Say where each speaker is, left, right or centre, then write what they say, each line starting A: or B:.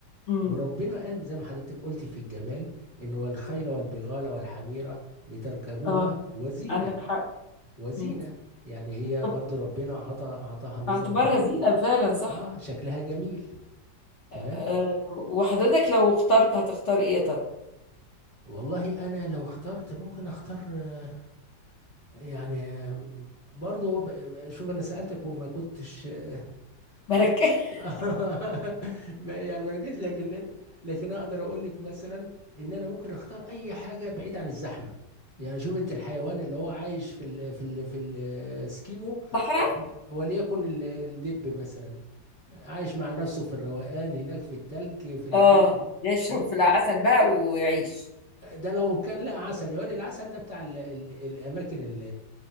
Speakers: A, on the left; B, on the left.
A: امم
B: وربنا قال زي ما حضرتك قلت في الجمال إن والخيل والبغال والحميرة لتركبوها
A: اه
B: وزينة
A: عندك حق
B: وزينة
A: امم
B: يعني هي
A: طب
B: برضو ربنا عطى عطاها ميزة
A: اعتبرها
B: إن هي
A: زينه فعلا صح
B: آه شكلها جميل تمام
A: أه وحضرتك لو اخترت هتختار ايه يا ترى
B: والله أنا لو اخترت ممكن أختار آه، يعني آه، برضو ب- ب- شوف أنا سألتك وما كنتش <laughs>
A: مركز <laughs>
B: <laughs> ما- يعني مركز لكن لكن اقدر اقول لك مثلا ان انا ممكن اختار اي حاجه بعيد عن الزحمه يعني شوف انت الحيوان اللي هو عايش في ال في ال في السكيمو
A: صحراء
B: وليكن ال- الدب مثلا عايش مع نفسه في الروقان هناك في التلج في البيئه
A: اه يشرب
B: و-
A: في العسل بقى ويعيش
B: ده لو كان لقى عسل يقول العسل ده بتاع ال ال الاماكن ال